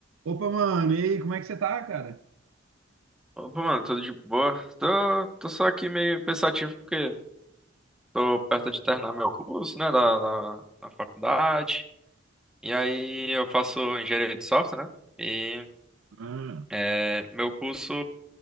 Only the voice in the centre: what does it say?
Opa, mano, tudo de boa? Tô, tô só aqui meio pensativo porque tô perto de terminar meu curso, né, da, da, da faculdade. E aí eu faço engenharia de software, né? E
é, meu curso